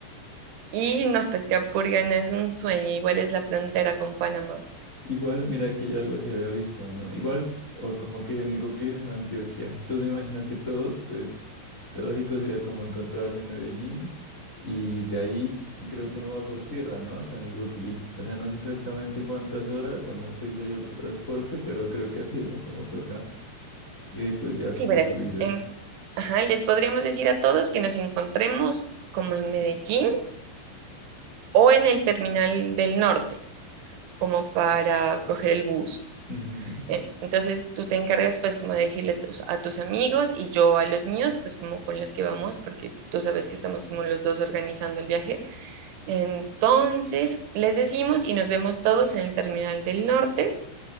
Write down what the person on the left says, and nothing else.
Igual, mira que yo algo así había visto, ¿no? Igual, o como que Necoclí es en Antioquia. Entonces me imagino que todos, pues, lo lógico sería como encontrarse en Medellín y de ahí creo que uno va por tierra, ¿no? Hasta Necoclí. O sea, no sé exactamente cuántas horas o no sé si hay otro transporte, pero creo que así es, ¿no? Como toca. Y después ya
como
tú dices.
Ujú.